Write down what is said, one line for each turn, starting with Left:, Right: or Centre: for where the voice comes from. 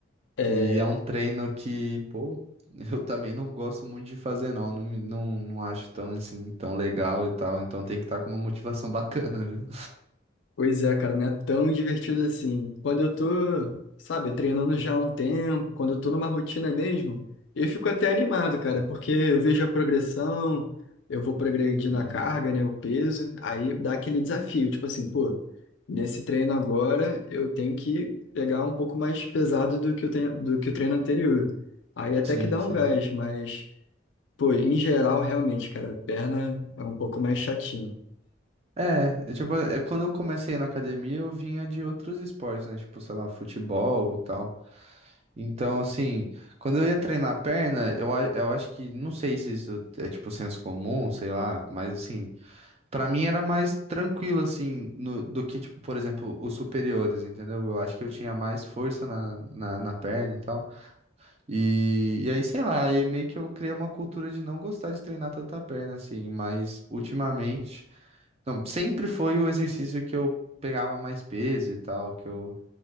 Left: É,
Right: E é um treino que, pô, <laughs> eu também não gosto muito de fazer, não. Não, me- não, não acho tão, assim, tão legal e tal. Então tem que estar com uma motivação <laughs> bacana, viu?
Left: Pois é, cara, não é tão divertido assim. Quando eu tô, sabe, treinando já há um tempo, quando eu tô numa rotina mesmo, eu fico até animado, cara, porque eu vejo a progressão, eu vou progredindo
Right: Hum,
Left: a carga, né, o peso, aí dá aquele desafio, tipo assim, pô, nesse treino agora eu tenho que pegar um pouco mais pesado do que eu tenho, do que o treino anterior. Aí até
Right: Sim,
Left: que dá um
Right: sim.
Left: gás, mas, pô, em geral, realmente, cara, a perna é um pouco mais chatinho.
Right: É, eu, tipo, é, quando eu comecei na academia, eu vinha de outros esportes, né? Tipo, sei lá, futebol e tal. Então, assim, quando eu ia treinar a perna, eu, a- eu acho que, não sei se isso é tipo senso comum, sei lá, mas assim, Pra mim era mais tranquilo, assim, no- do que, tipo, por exemplo, os superiores, entendeu? Eu acho que eu tinha mais força na, na, na perna e tal. E, e aí, sei lá, aí meio que eu criei uma cultura de não gostar de treinar tanta perna, assim, mas ultimamente. Não, sempre foi o exercício que eu pegava mais peso e tal, que eu,